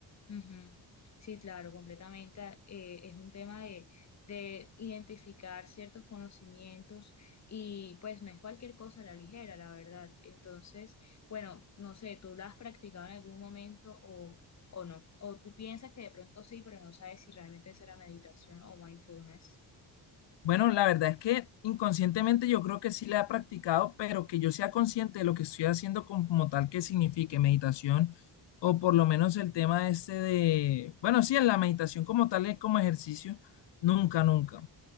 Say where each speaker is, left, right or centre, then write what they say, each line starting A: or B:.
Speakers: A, on the left; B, on the left.
A: Ujú. Sí, claro, completamente. eh, es un tema de, de identificar ciertos conocimientos y pues no es cualquier cosa a la ligera, la verdad. Entonces, bueno, no sé, ¿tú lo has practicado en algún momento o, o no? ¿O tú piensas que de pronto sí, pero no sabes si realmente será meditación o mindfulness?
B: Bueno, la verdad es que inconscientemente yo creo que sí la he practicado, pero que yo sea consciente de lo que estoy haciendo como tal que signifique meditación, o por lo menos el tema este de, bueno, sí, en la meditación como tal es como ejercicio, nunca, nunca.